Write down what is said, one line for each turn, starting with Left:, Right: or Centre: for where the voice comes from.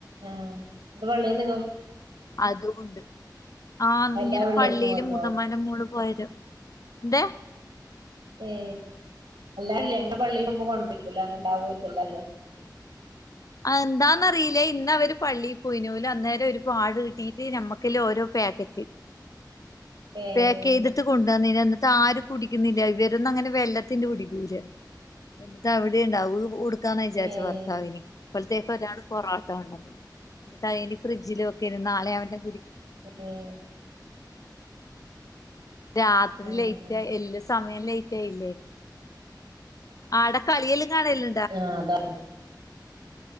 Right: ആഹ അത് പള്ളി നിങ്ങക്ക്
Left: അതൊണ്ട് ആ
Right: എല്ലാ
Left: ഇങ്ങനെ
Right: വെള്ളിയാഴ്ചയും
Left: പള്ളിയില്
Right: കൊണ്ടരോ
Left: മുതമാന മോളും <unintelligible> എന്താ
Right: ഏ അല്ലല്ലേ ഞങ്ങടെ പള്ളിൽ പോകുമ്പോ കൊണ്ടിരിക്കലോ അങ്ങനെ ഉണ്ടാവോര്ക്കില്ലലെ
Left: എന്താന്നറിയില്ല ഇന്നവര് പള്ളിൽ പോയിന പോല അന്നേരം ഒരു പാട് കിട്ടീട്ട് നമ്മക്കല്ല ഓരോ പാക്കറ്റ്
Right: ഏഹ്
Left: പെക്ക് യ്തിട്ട് കൊണ്ടന്നിന് എന്നിട്ട് ആരും കുടിക്കുന്നില്ല ഇവരോന്ന ങ്ങനെ വെല്ലത്തിന്റെ കുടിക്കൂല എന്നിട്ട് അവിടെ ഉണ്ടാവു വെക്കാന്ന് വിജാര്ച്ച്
Right: ഏഹ്
Left: ഭർത്താവിന് അപ്പോയ്ത്തേക്ക് ഒരാടള് പൊറാട്ട കൊണ്ടന്ന് എന്നിട്ടയ്നി ഫ്രിഡ്ജിൽ വെക്കാ തിരുന്നാളെ അവന്റെ കുടി
Right: ഏ
Left: രാത്രി
Right: ആഹ്
Left: ലേറ്റ് എല്ല സമയം ലേറ്റ് ല്ലേ ആടെ കളിയലും കാണല
Right: ആ അതാണ്